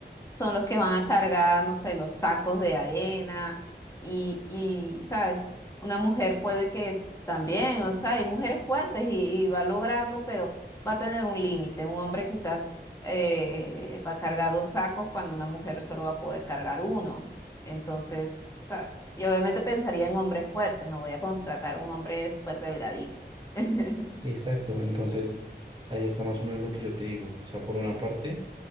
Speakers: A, on the left (about 15°); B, on the right (about 25°).
A: son los que van a cargar, no sé, los sacos de arena y, y, ¿sabes? Una mujer puede que también, o sea, hay mujeres fuertes y, y va a lograrlo, pero va a tener un límite. Un hombre quizás eh, va a cargar dos sacos cuando una mujer solo va a poder cargar uno. Entonces, ¿sabes? Y obviamente pensaría en hombres fuertes, no voy a contratar a un hombre súper delgadito. <laughs>
B: Exacto, entonces ahí está más o menos lo que yo te digo. O sea, por una parte,